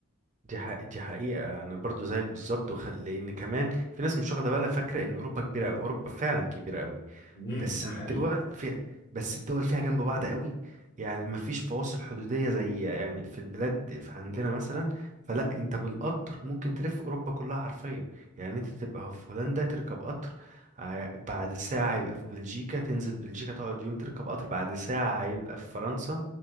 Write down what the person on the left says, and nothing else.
امم
ده
حقيقي